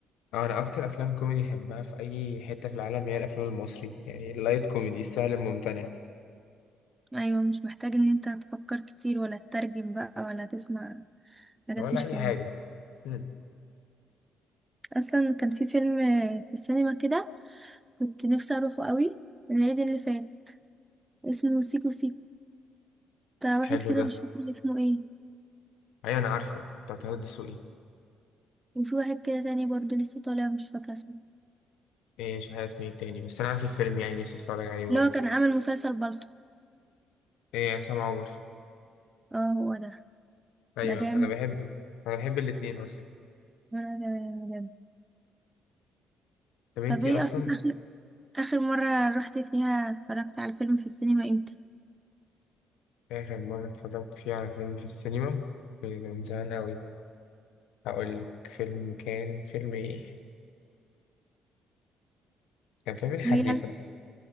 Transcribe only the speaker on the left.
اه انا اكتر افلام كوميدي بحبها في اي حتة في العالم هي الافلام المصري يعني اللايت كوميدي السهل الممتنع
ولا
اي
حاجة مم.
حلو
ده
ايوه انا عارفه بتاع طه دسوقي
ايه مش عارف مين تاني بس انا عارف الفيلم يعني نفسي اتفرج عليه برضه
ايه عصام عمر
ايوه
انا بحبه انا بحب الاتنين اصلا
طب انتي
اصلا
آخر مرة اتفرجت فيه على فيلم في السينما من زمان أوي هقولك فيلم كان فيلم إيه؟ كان فيلم الحريفة